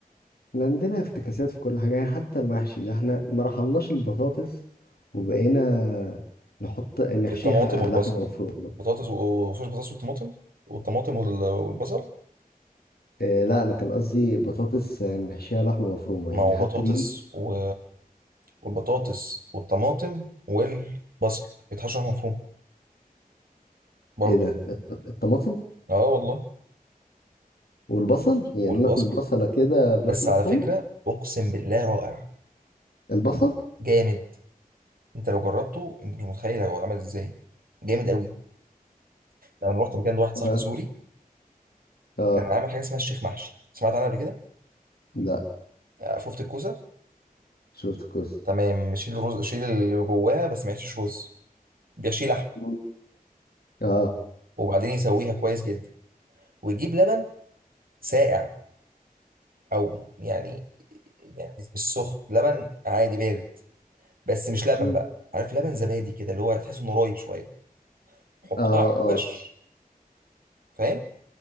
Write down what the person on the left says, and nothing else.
احنا عندنا افتكاسات في كل حاجة يعني حتى المحشي ده احنا ما رحمناش البطاطس وبقينا نحط نحشيها
لحمة مفرومة
آه، لا انا كان قصدي بطاطس آه، نحشيها لحمة مفرومة
يعني
حتى
دي
ايه ده الط- الطماطم
والبصل يعني
ناكل بصلة كده بلحمة
مفرومة
البصل
اه
اه
لا
شفت كويس
مم. اه
مم.
اه
اه